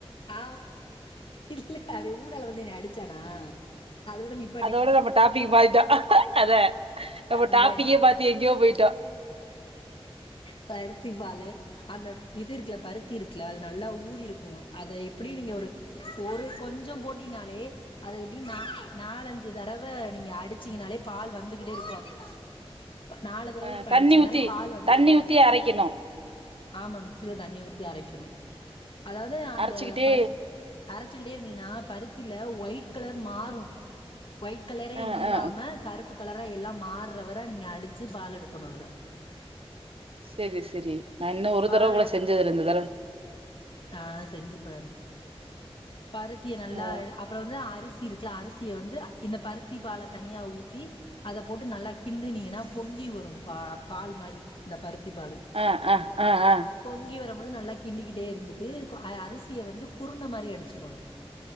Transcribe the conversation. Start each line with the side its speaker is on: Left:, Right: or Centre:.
Left: ஆ இல்ல அவே ஊடால வந்து என்ன அடிச்சானா அதோட நிப்
Right: அதோட நம்ம டாபிக் மாதிட்டோ அத நம்ம
Left: அதே
Right: டாபிக்கே பாத்து எங்கேயோ போயிட்டோ
Left: பருத்தி பாலு அந்த இது இருக்குல பருத்தி இருக்குல அது நல்லா ஊறி இருக்கு அத எப்பிடியு நீங்க ஒரு ஒரு கொஞ்சோ போட் டினாலே அத எப்டியு நா நாலஞ்சு தடவ நீங்க அடிச்சங்கனாலே பால் வந்துகிட்டே இருக்கு அதுல நாலு தடவ
Right: அ தண்ணி
Left: அடிச்சீங்கனாலே
Right: ஊத்தி
Left: பால் வந்துகிட்டே
Right: தண்ணி
Left: இருக்கு
Right: ஊத்தி அரைக்கணு
Left: ஆமா மிக்சியில தண்ணி ஊத்தி அரைக்கணு அதாவது அந்த
Right: அரைச்சுக்கிட்டே
Left: பரு அரைச்சுக்கிட்டே இருந்தீங்கன்னா பருத்தில ஒயிட் கலர் மாறு ஒயிட் கலரே
Right: ஆ
Left: இல்லாம
Right: ஆ
Left: கருப்பு கலரா எல்லாம் மாறுறவர நீங்க அடிச்சு பால் எடுக்கணு அதுல
Right: சரி சரி நா இன்னு ஒரு
Left: பால
Right: தடவ கூட செஞ்சது இல்ல இந்ததற
Left: ஆ செஞ்சு பாருங் பருத்திய நல்லா
Right: ஆ
Left: அப் பற வந்து அரிசி இருக்குல அரிசிய வந்து இந்த பருத்தி பால தனியா ஊத்தி அத போட்டு நல்லா கிண்டுனிங்னா பொங்கி வரு பா பால் மாரி இந்த பருத்திபாலு
Right: ஆ ஆ ஆ ஆ
Left: பொங்கி வரம்போது நல்லா கிண்டிக்கிட்டே இருந்து ட்டு அரிசிய வந்து குருண மாரி அடிச்சிக்கணு